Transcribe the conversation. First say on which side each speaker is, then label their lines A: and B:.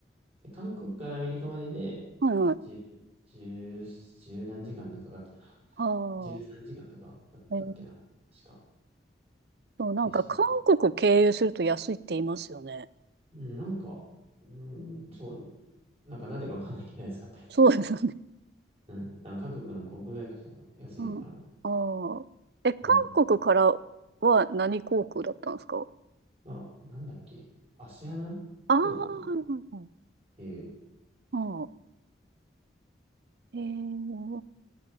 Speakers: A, on the right (about 35°); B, on the right (about 60°).
A: で、韓国からアメリカまでで、
B: はいはい。
A: 十、十、十何時間でかかったな。
B: あー。
A: <laughs> 13時間とかだったっけな。
B: えーっ
A: 確か。
B: と、なんか韓国経由すると安いって言いますよね。
A: でしたね。うん、なんか、うん、そう、なんかなんでかわかんないけど安かったですね。
B: そうです。
A: うん。多分韓国の航空会社が安いのかな。
B: うん。ああ。え、韓国から
A: うん。
B: は何航空だったんですか
A: まあ、なんだっけ。芦穴航空っ
B: ああー、はいはいはい。
A: ていう。
B: うんえ